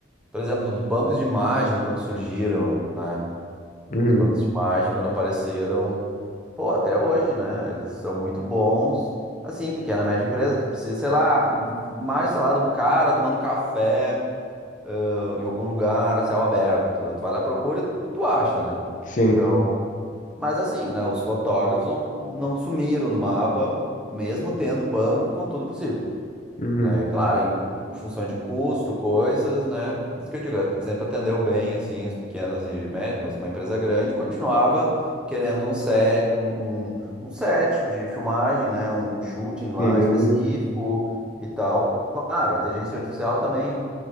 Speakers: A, in the centre; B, on the left.
A: Por exemplo, os bancos de imagem, quando surgiram, né?
B: Uhum,
A: Os bancos de imagem, quando apareceram, pô, até hoje, né? Eles são muito bons. Assim, pequena, média empresa, tu precisa, sei lá, mais, sei lá, de um cara tomando café, eh, em algum lugar, a céu aberto. Tu vai lá, procura e tu tu acha, né?
B: sim.
A: Então, mas assim, né? Os fotógrafos não, não sumiram do mapa, mesmo tendo banco com tudo possível
B: Uhum,
A: né? E Claro, em, em função de custo, coisas, né? Isso que eu digo, sempre atendeu bem, assim, as pequenas e médias, mas uma empresa grande continuava querendo um set, um, um, um set de filmagem, né? Um shooting lá
B: sim,
A: específico e tal. Claro, a inteligência artificial também